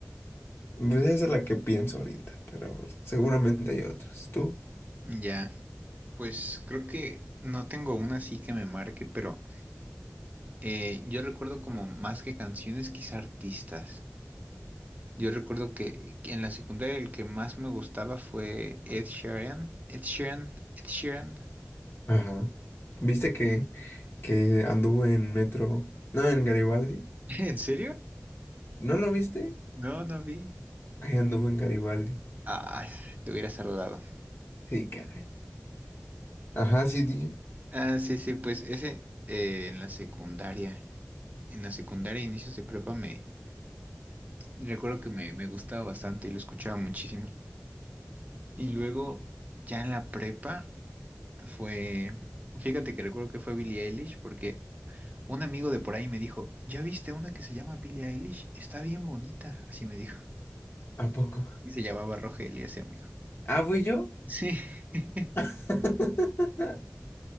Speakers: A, on the left; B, on the right.
A: Pues esa es la que pienso ahorita, pero seguramente hay otras. ¿Tú?
B: Ya, pues creo que no tengo una así que me marque, pero eh, yo recuerdo como más que canciones, quizá artistas. Yo recuerdo que que en la secundaria el que más me gustaba fue Ed Sheeran. Ed Sheeran, Ed Sheeran.
A: Ajá. ¿Viste que, que anduve en metro? No, en Garibaldi.
B: <laughs> ¿En serio?
A: ¿No lo viste?
B: No, no vi.
A: Ahí anduvo en Garibaldi.
B: Ah, te hubiera saludado.
A: Sí, caray. Ajá, sí, dije.
B: Ah, sí, sí, pues ese eh, en la secundaria, en la secundaria, inicios de prepa, me recuerdo que me, me gustaba bastante y lo escuchaba muchísimo. Y luego, ya en la prepa, fue, fíjate que recuerdo que fue Billie Eilish, porque un amigo de por ahí me dijo, ¿ya viste una que se llama Billie Eilish? Está bien bonita, así me dijo.
A: ¿A poco?
B: Y se llamaba Rogelio ese amigo.
A: ¿Ah, fui yo?
B: Sí, <laughs> sí,
A: <laughs>